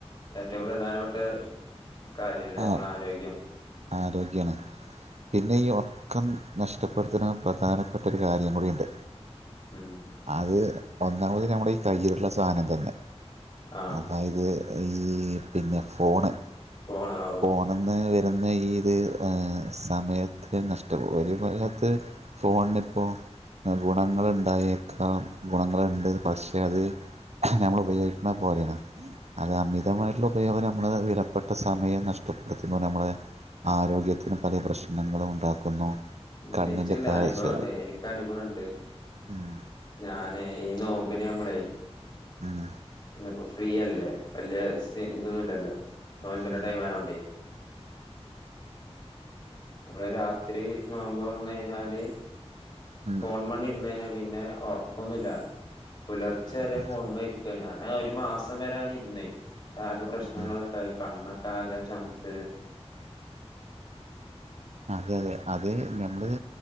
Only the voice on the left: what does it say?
ഏറ്റവും പ്രധാനപ്പെട്ട കാര്യല്ലേ
നമ്മളെ ആരോഗ്യം
ഉം
ആ
പോണാവൂ
ഉം
എച്ച്ണ്ട്
അനുഭവണ്ട് എനക്ക് അനുഭവണ്ട്
ഞാന് ഈ നോ മ്പിന് നമ്മളെയ്
പിന്നപ്പോ ഫ്രീയല്ലേ വല്ല്യ തെ ഇതൊന്നും ഇല്ലല്ലോ നോൽമ്പിന്റെ
ടൈമായോണ്ടേ നമ്മള് രാത്രി നോമ്പോർന്നയിഞ്ഞാല്
ഫോൺമെണ്ട് ഇരുന്നയ്ഞ്ഞാല് പിന്നെ ഒർക്കൊന്നൂല്ല്യ പുലർച്ചെ വരെ
ഫോണ് മ്മെരിക്ക ഞാനാ ഒരു മാസം വരെ അങ്ങന ഇരുന്നേ ക്കാകെ പ്ര്രശ്നങ്ങളൊക്കൊയി
കണ്ണൊക്കെ ആകെ ചൊമച്ച്